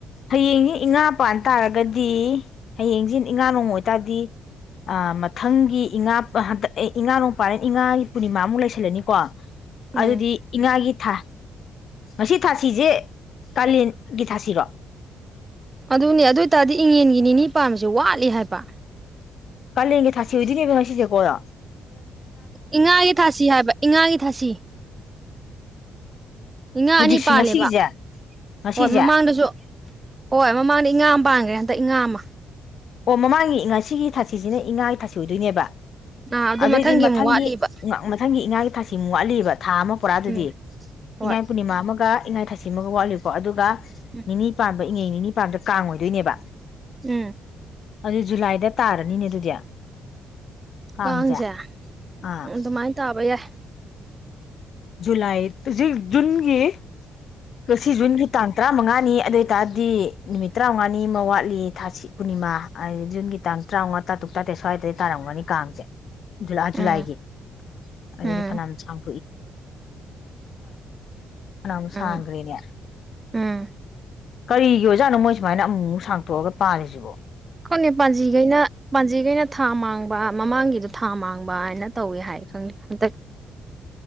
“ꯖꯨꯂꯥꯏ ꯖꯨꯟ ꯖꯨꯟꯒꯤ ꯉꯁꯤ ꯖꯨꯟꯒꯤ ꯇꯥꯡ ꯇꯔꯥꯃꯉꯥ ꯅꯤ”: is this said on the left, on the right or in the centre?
Left